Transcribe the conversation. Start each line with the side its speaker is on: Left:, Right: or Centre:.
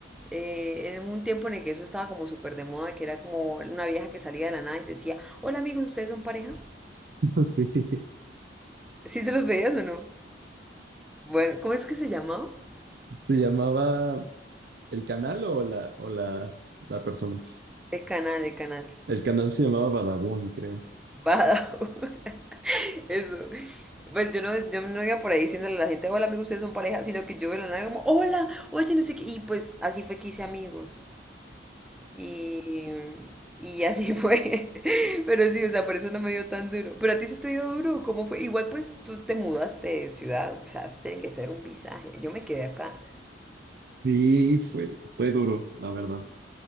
Centre: eh, en un tiempo en el que eso estaba como súper de moda, que era como una vieja que salía de la nada y decía, hola amigos, ¿ustedes son pareja?
Right: Sí, sí.
Centre: ¿Sí te los veías o no? Bueno, ¿cómo es que se llamaba?
Right: ¿Se llamaba el canal o la, o la, la persona?
Centre: El canal, el canal.
Right: El canal se llamaba Badabun, creo.
Centre: Badajoz. <laughs> Eso. Pues yo no, yo no iba por ahí diciéndole a la gente, hola amigos, ustedes son pareja, sino que yo de la nada como, hola, oye, no sé qué. Y pues así fue que hice amigos. Y, y así fue. <laughs> Pero sí, o sea, por eso no me dio tan duro. Pero a ti sí te dio duro, ¿cómo fue? Igual pues tú te mudaste de ciudad, o sea, eso tiene que ser un visaje. Yo me quedé acá.
Right: sí fue, fue duro, la verdad.